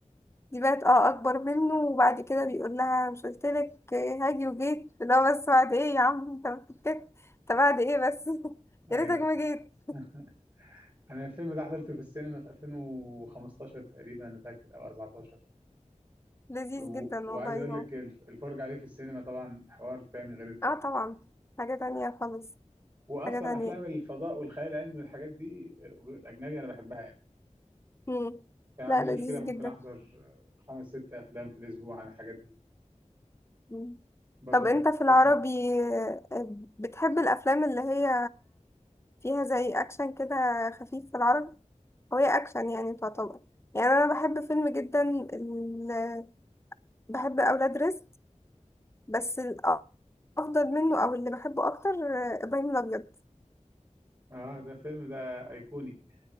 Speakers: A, on the left; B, on the right.
A: دي بقت اه اكبر منه وبعد كده بيقول لها مش قلتلك هاجي وجيت لا بس بعد ايه يا عم انت بتتك- انت بعد ايه بس <laughs>
B: أيوه
A: يا ريتك ما جيت
B: <laughs> أنا الفيلم ده حضرته في السينما في 2015 تقريبا أنا فاكر أو 14
A: لذيذ
B: و-
A: جدا
B: وعايز
A: والله
B: اقول لك
A: هو
B: الف- الفرج عليه في السينما طبعا حوار تاني غير التلفزيون
A: اه طبعا حاجة تانية خالص
B: واصلا
A: حاجة تانية
B: افلام الفضاء والخيال العلمي والحاجات دي آه، الاجنبي انا بحبها يعني
A: مم.
B: يعني
A: لا
B: ما عنديش
A: لذيذ
B: مشكله ممكن
A: جدا
B: احضر آه، خمس ست افلام في الاسبوع عن الحاجات دي
A: مم.
B: برضو
A: طب
B: كان
A: انت
B: في
A: في العربي
B: فيلم
A: آه، بتحب الافلام اللي هي فيها زي اكشن كده خفيف في العربي هو هي اكشن يعني تعتبر يعني انا بحب فيلم جدا ال... بحب اولاد رزق بس الافضل منه او اللي بحبه اكتر آه، ابراهيم الابيض
B: اه ده فيلم ده ايقوني